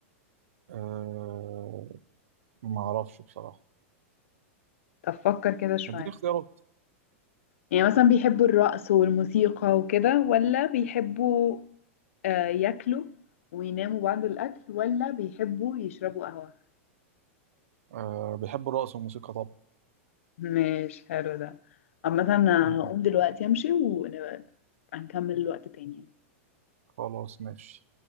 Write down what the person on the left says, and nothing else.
طب فكر كده شوية
يعني مثلا بيحبوا الرقص والموسيقى وكده ولا بيحبوا آه، ياكلوا ويناموا بعد الأكل ولا بيحبوا يشربوا قهوة
مش حلو ده عامة أنا
هقوم دلوقتي أمشي ونبقى نكمل وقت تاني